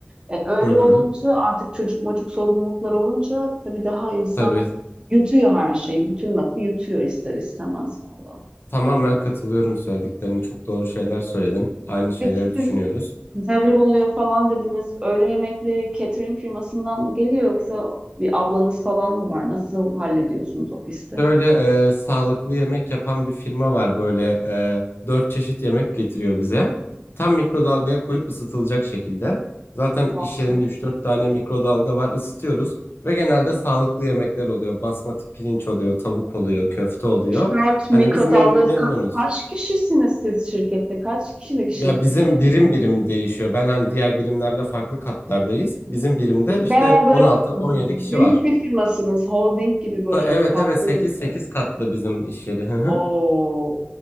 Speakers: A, on the right; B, on the left.
A: E, öyle
B: Hı hı.
A: olunca artık çocuk mocuk sorumluluklar olunca tabii daha insan
B: Tabii.
A: yutuyor her şeyi. Bütün lafı yutuyor ister istemez valla.
B: Tamamen katılıyorum söylediklerine. Çok doğru şeyler
A: Evet.
B: söyledin. Aynı şeyleri
A: Peki siz
B: düşünüyoruz.
A: devrim oluyor falan dediniz. Öğle yemekleri catering firmasından mı geliyor yoksa bir ablanız falan mı var? Nasıl hallediyorsunuz ofiste?
B: Böyle e, sağlıklı yemek yapan bir firma var. Böyle e, dört çeşit yemek getiriyor bize. Tam mikrodalgaya koyup ısıtılacak şekilde. Zaten
A: Olsun.
B: iş yerinde üç dört tane mikrodalga var. Isıtıyoruz. Ve genelde sağlıklı yemekler oluyor. Basmati pirinç oluyor, tavuk oluyor, köfte oluyor.
A: Dört
B: Hani
A: mikrodalga
B: biz mem-
A: Ka-
B: memnunuz.
A: kaç kişisiniz siz şirkette? Kaç kişilik şirket
B: Ya bizim
A: orası?
B: birim birim değişiyor. Ben hani diğer birimlerle farklı katlardayız. Bizim birimde
A: Siz
B: işte
A: bayağı böyle
B: 16-17 kişi
A: büyük
B: var.
A: bir firmasınız. Holding gibi böyle
B: Da- Evet
A: kaplı.
B: evet 8-8
A: e,
B: katlı bizim iş yeri. Hı hı.
A: O